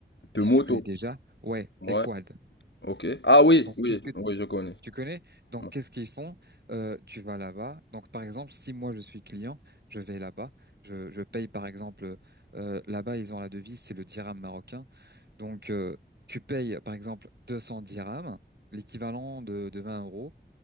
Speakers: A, on the left; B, on the right.
A: De
B: si
A: moto.
B: tu connais déjà. Ouais,
A: Ouais,
B: des quads.
A: ok. Ah oui,
B: Donc,
A: oui,
B: qu'est-ce que
A: oui, je connais.
B: tu connais? Donc,
A: Ouais,
B: qu'est-ce qu'ils font? Euh, tu vas là-bas. Donc, par exemple, si moi je suis client, je vais là-bas. Je, je paye, par exemple, euh, là-bas, ils ont la devise, c'est le dirham marocain. Donc, euh, tu payes, par exemple, 200 dirhams, l'équivalent de, de 20 euros.